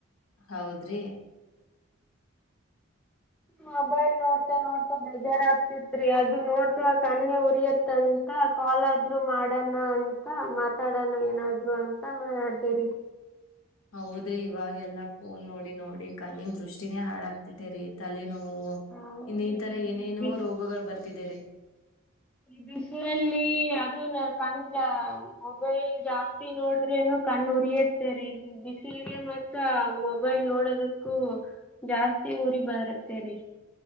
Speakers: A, on the left; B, in the centre.
A: ಹೌದ್ರಿ
B: ಮೊಬೈಲ್ ನೋಡ್ತಾ ನೋಡ್ತಾ ಬೇಜಾರ್ ಆಗ್ತಿತ್ರಿ ಅದು ನೋಡ್ತಾ ಕಣ್ಣು ಉರಿಯತ ಅಂತ ಕಾಲಾದ್ರು ಮಾಡಣ ಅಂತ ಮಾತಾಡಣ ಏನಾದ್ರು ಅಂತ ಮಾಡ್ದೆ ರೀ
A: ಹೌದ್ರಿ ಇವಾಗೆಲ್ಲಾ ಫೋನ್ ನೋಡಿ ನೋಡಿ ಕಣ್ಣಿನ್ ದೃಷ್ಟಿನೇ ಹಾಳಾಗ್ತಿದ್ದೇ ರೀ ತಲೆ
B: ಹೌದ್ರಿ
A: ಇನ್ನು ಈ ತರ ಏನೇನೋ
B: ಬಿಸ್
A: ರೋಗಗಳು ಬರ್ತಿದೇ ರೀ
B: ಈ ಬಿಸಿನಲ್ಲಿ ಅದು ಕಂಡ ಮೊಬೈಲ್ ಜಾಸ್ತಿ ನೋಡ್ರೇನು ಕಣ್ಣು ಉರಿಯತ್ತೆ ರೀ <inaudible> ಬಿಸಿಲಿಗೆ ಮತ್ತ್ ಮೊಬೈಲ್ ನೋಡೋದಕ್ಕೂ ಜಾಸ್ತಿ ಜತಿ ಊರಿ ಬರುತ್ತೇರಿ